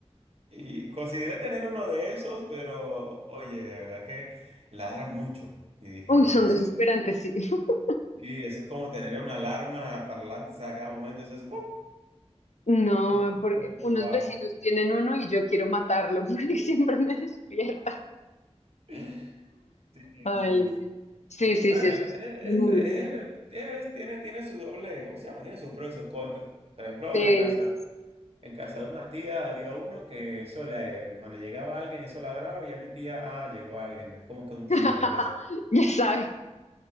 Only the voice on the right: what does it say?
Y consideré tener uno de esos, pero oye, de verdad que ladran mucho. Y dije,
oye,
esa-
sí, eso es como tener una alarma parlante, o sea, a cada momento eso es... ¡pum!
Como que,
Wow.
<laughs> Sí,
sí.
Bueno,
es-
es- es-
es- tiene, tiene su doble, ¿cómo se llama? Tiene sus pros y sus contras. Por ejemplo,
en casa,
en casa de una tía había uno que eso le, cuando llegaba alguien, eso ladraba y ya mi tía, ah, llegó alguien. Es como que un timbre,
algo así.